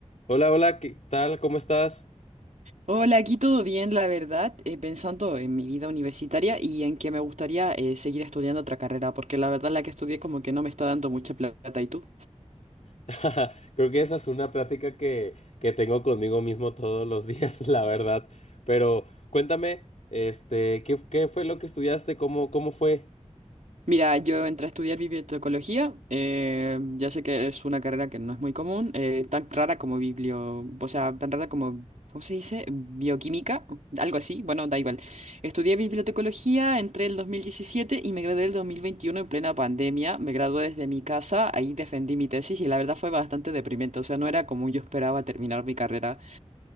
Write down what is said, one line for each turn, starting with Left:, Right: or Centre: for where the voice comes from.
Left: Hola, hola, ¿qué tal? ¿Cómo estás?
Right: Hola, aquí todo bien, la verdad, eh, pensando en mi vida universitaria y en que me gustaría eh, seguir estudiando otra carrera, porque la verdad la que estudié como que no me está dando mucha plata. ¿Y tú?
Left: <laughs> Creo que esa es una plática que, que tengo conmigo mismo todos los días, <laughs> la verdad. Pero cuéntame, este, ¿qué, qué fue lo que estudiaste? ¿Cómo, cómo fue?
Right: Mira, yo entré a estudiar bibliotecología, eh, ya sé que es una carrera que no es muy común, eh, tan rara como biblio, o sea, tan rara como, ¿cómo se dice? Bioquímica, algo así, bueno, da igual. Estudié bibliotecología, entré el 2017 y me gradué el 2021 en plena pandemia, me gradué desde mi casa, ahí defendí mi tesis y la verdad fue bastante deprimente, o sea, no era como yo esperaba terminar mi carrera.